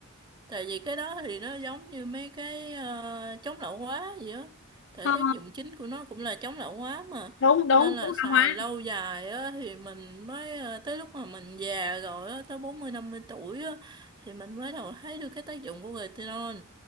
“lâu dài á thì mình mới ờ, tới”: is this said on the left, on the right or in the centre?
Right